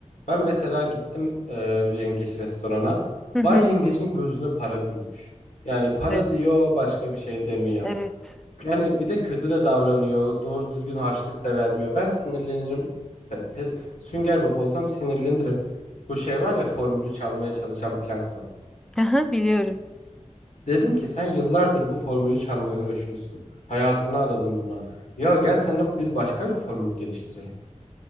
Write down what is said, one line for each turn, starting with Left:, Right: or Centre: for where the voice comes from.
Left: ben mesela gittim e, bir yengeç restorana.
Centre: Hı hı.
Left: Bay yengeçin gözüne para bürümüş. Yani para
Centre: Evet.
Left: diyor başka bir şey demiyor.
Centre: Evet.
Left: Yani bir de kötü de davranıyor. Doğru düzgün harçlık da vermiyor. Ben sinirlenirim. Yani pe Sünger Bob olsam sinirlenirim. Bu şey var ya formülü çalmaya çalışan plankton.
Centre: Aha, biliyorum.
Left: Dedim ki sen yıllardır bu formülü çalmaya uğraşıyorsun. Hayatını adadın buna. Ya gel seninle biz başka bir formül geliştirelim.